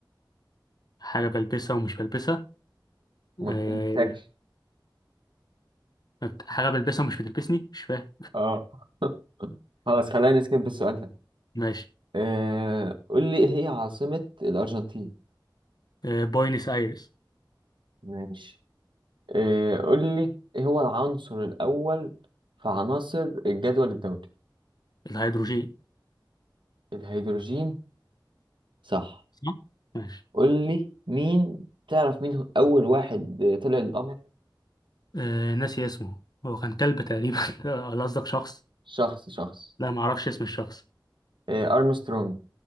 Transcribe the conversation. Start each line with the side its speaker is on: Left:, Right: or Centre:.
Left: حاجه بلبسها ومش بلبسها
Right: وما
Left: آه،
Right: بتلبسكش
Left: ما بت- حاجه بلبسها ومش بتلبسني مش فاهم
Right: اه <laughs> خلاص خلينا نسكيب السؤال ده
Left: ماشي
Right: آه قول لي إيه هي عاصمة الأرجنتين
Left: آه، بوينس ايرس
Right: ماشي آه قول لي إيه هو العنصر الأول في عناصر الجدول الدوري
Left: الهيدروجين
Right: الهيدروجين صح
Left: صح ماشي
Right: قول لي مين تعرف مين هو أول واحد آه، طلع للقمر
Left: آه، ناسي اسمه هو كان كلب تقريبا <laughs> ولا قصدك شخص
Right: شخص شخص
Left: لا ما اعرفش اسم الشخص
Right: آه أرمسترونج